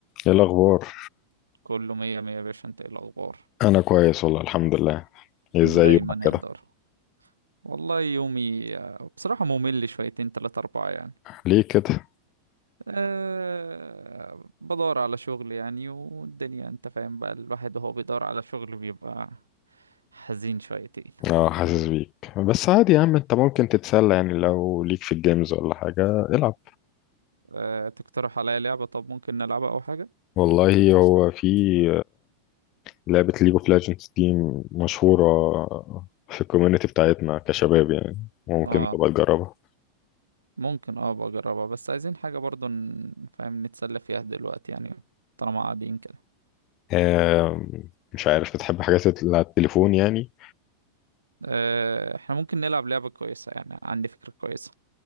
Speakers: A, on the left (about 35°); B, on the right (about 75°).
A: ايه الاخبار
B: كله مية مية يا باشا انت ايه الاخبار
A: انا كويس والله الحمد لله إيه ازاي
B: دايما
A: يومك كده
B: يقدر والله يومي آه، بصراحة ممل شويتين تلاتة أربعة يعني
A: ليه كده
B: أه بدور على شغل يعني والدنيا انت فاهم بقى الواحد وهو بيدور على شغل بيبقى حزين شويتين
A: اه حاسس بيك بس عادي يا عم انت ممكن تتسلى يعني لو ليك في الجيمز ولا حاجه العب
B: أه تقترح عليا لعبة طب ممكن نلعبها أو حاجة
A: والله هو في لعبه ليج اوف ليجندز دي مشهوره في الكوميونتي بتاعتنا كشباب يعني ممكن
B: اه
A: تبقى تجربها
B: ممكن اه بجربها بس عايزين حاجة برضو ن- فاهم نتسلى فيها دلوقتي يعني طالما قاعدين كده
A: آم، مش عارف بتحب حاجات اللي على التليفون يعني
B: أه احنا ممكن نلعب لعبة كويسة يعني عندي فكرة كويسة